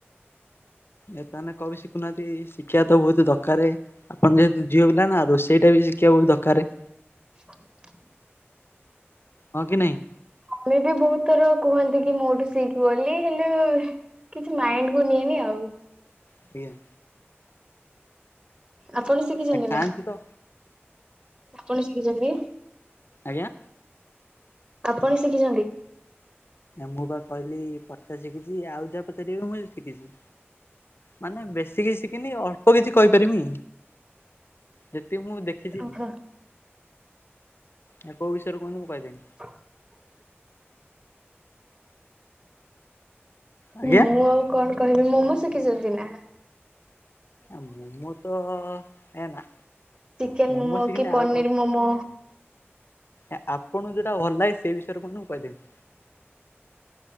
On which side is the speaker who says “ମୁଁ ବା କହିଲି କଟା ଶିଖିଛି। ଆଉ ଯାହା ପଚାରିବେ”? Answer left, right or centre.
Left